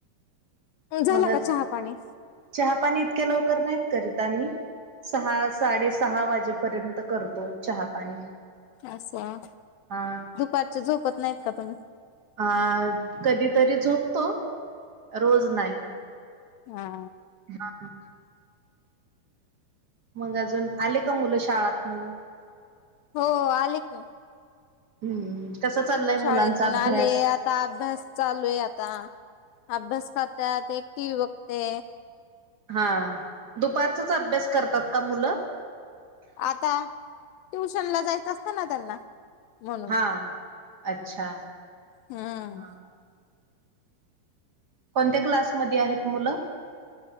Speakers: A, on the left (about 75°); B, on the right (about 45°).
A: अं झाला
B: मगच
A: का चहा पाणी?
B: चहा पाणी इतक्या लवकर नाईत करत आम्ही सहा साडे सहा वाजे पर्यंत करतो चहा पाणी.
A: असा
B: हा
A: दुपारचं झोपत नाहीत का तुम्ही?
B: अ कधी तरी झोपतो रोज नाई.
A: हा.
B: हा हा. मग अजून आले का मुलं शाळांतन?
A: हो आले की.
B: हम्म कस चाललंय
A: मुलं
B: मुलांचा
A: शाळेतून
B: अभ्यास
A: आले आता अभ्यास चालू ये आता. अभ्यास करत्यात, एक टी व्ही बघते.
B: हा दुपारचांच अभ्यास करतात का मुलं?
A: आता ट्यूशनला जायचं असतं ना त्यांना म्हणून
B: हा अच्छा
A: हम्म.
B: हा कोणत्या क्लास मध्ये आहेत मुलं?